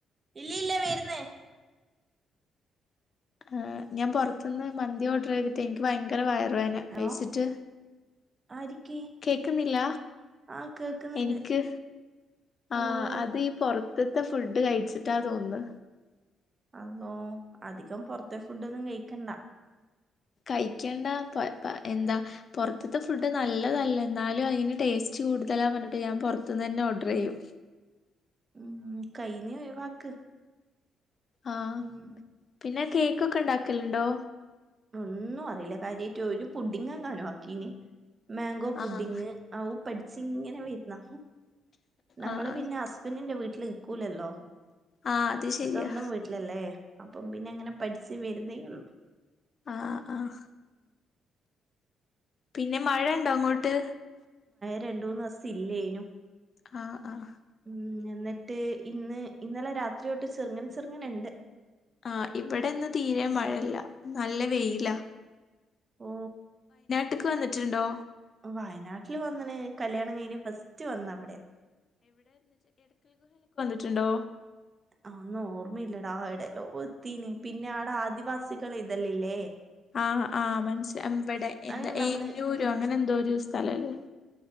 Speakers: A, on the right (about 35°); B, on the left (about 45°).
A: ഇല്ല ഇല്ലേ വരുന്നേ
B: ആ ഞാൻ പുറത്തുന്ന് മന്തി ഓർഡർ ചെയ്തിട്ട ഭയങ്കര വയറുവേന
A: ഹലോ
B: കഴിച്ചിട്ട്
A: ആരിക്ക്
B: കേക്കുന്നില്ല
A: ആഹ് കേക്കുന്നുണ്ട്
B: എനിക്ക് ആ
A: ഓഹ്
B: അതീ പുറത്ത് വെളിയിലത്തെ ഫുഡ് കഴിച്ചിട്ടാന്ന് തോന്നുന്ന്
A: അതോ അധികം പൊറത്തെ ഫുഡ് ഒന്നും കഴിക്കണ്ട
B: കഴിക്കണ്ട, പ പ എന്താ പൊറത്തത്തെ ഫുഡ് നല്ലതല്ല എന്നാലും അതിന് ടേസ്റ്റ് കൂടുതലാ പറഞ്ഞിട്ട് ഞാൻ പുറത്തുന്ന് തന്നെ ഓർഡർ ചെയ്യും.
A: ഉം, കഴിയുനെ ഒഴിവാക്ക്
B: ആ
A: ഉം
B: പിന്നെ കേക്കൊക്കെ ഉണ്ടാക്കലുണ്ടോ
A: ഒന്നും അറിയില്ല കാര്യമായിട് ഒരു പുഡിങ്ങെങ്ങാനും <inaudible> മാങ്കോ പുഡിങ്
B: ആഹ്
A: അതും പഠിച്ചിങ്ങനെ വരുന്ന് നമ്മള്
B: ആഹ് ആഹ്
A: പിന്നെ ഹസ്ബൻറിന്റെ വീട്ടില് നിക്കൂലല്ലോ
B: ആഹ് അത് ശെരിയാ
A: സ്വന്തം വീട്ടിലല്ലേ, അപ്പം പിന്നെ അങ്ങനെ പഠിച്ച വരുന്നേഉള്ളു <unintelligible>
B: ആ, ആ പിന്നെ മഴ ഉണ്ടോ അങ്ങോട്ട് ട്ട്
A: രണ്ട മൂന്ന് ദിവസം ഇല്ലേനു
B: ആ, ആ
A: ഉം, എന്നിട്ട് ഇന്ന് ഇന്നലെ രാത്രി തൊട്ട് ചെറുങ്ങനെ ചെറുങ്ങനുണ്ട്
B: ആ, ഇവിടെ ഇന്ന് തീരെ മഴയില്ല നല്ല വെയിലാ
A: ഓ
B: ട്ക്ക് വന്നിട്ടുണ്ടോ
A: വയനാട്ടില് വന്നണ്, കല്യാണം കഴിഞ്ഞ ഫസ്റ്റ് വന്ന അവിടെയാ
B: റ്റ്ഉണ്ടോ
A: ഒന്നും ഓർമ്മയില്ലടാ, എവിടെല്ലോം എത്തീന് പിന്നെ അവിടെ ആദിവാസികളെ ഇത് ഇല്ലേ
B: ആ, ആ, മനസ്സില ഇവിടെ എന്താ
A: അത് നമ്മള്
B: എല്ലുരോ അങ്ങനെ എന്തോ ഒരു സ്ഥലം ഇല്ലേ